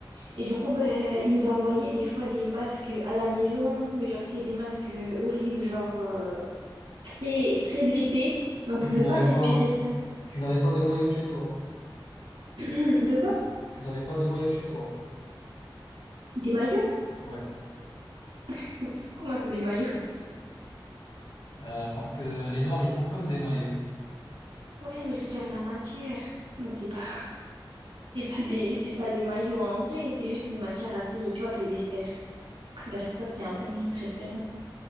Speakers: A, on the right; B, on the left.
A: Et du coup, ben, ils nous envoyaient des fois des masques à la maison, mais genre, c'était des masques euh, horribles, genre euh, très, très épais, et on pouvait
B: Et tu n'avais
A: pas respirer
B: pas,
A: bien.
B: tu n'avais pas de maillot chez toi?
A: <clears throat> De quoi?
B: Tu n'avais pas de maillot chez toi.
A: Des maillots?
B: Ouais,
A: <laughs> Comment ça, des maillots?
B: euh, parce que les noirs, ils sont comme des maillots.
A: Ouais, mais je veux dire la matière. Mais c'est pas, c'est pas des, c'est pas des maillots en vrai. C'est juste une matière assez, tu vois, polyester. Bref, ça, c'était un peu mes préférés.